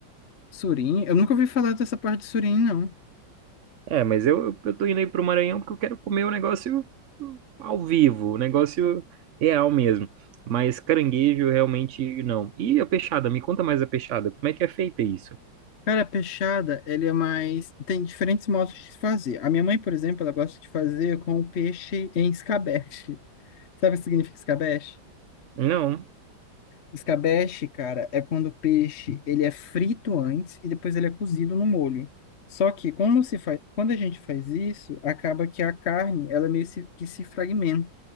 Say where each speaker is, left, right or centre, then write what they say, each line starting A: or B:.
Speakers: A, on the left; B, on the right.
A: Surim? Eu nunca ouvi falar dessa parte de surim, não.
B: É, mas eu, eu tô indo aí pro Maranhão porque eu quero comer o negócio ao vivo, o negócio real mesmo. Mas caranguejo realmente não. E a peixada? Me conta mais a peixada. Como é que é feita isso?
A: Cara, peixada, ele é mais. Tem diferentes modos de se fazer. A minha mãe, por exemplo, ela gosta de fazer com o peixe em escabeche. Sabe o que significa escabeche?
B: Não.
A: Escabeche, cara, é quando o peixe ele é frito antes e depois ele é cozido no molho. Só que como se faz... quando a gente faz isso, acaba que a carne, ela meio se- que se fragmenta.